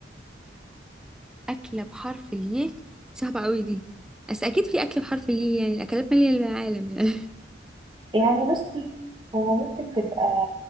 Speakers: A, in the centre; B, on the right.
A: أكلة بحرف الياء صعبة قوي دي بس أكيد في أكلة بحرف الياء يعني الأكلات مالية العالم يعني
B: يعني بصي هو ممكن تبقى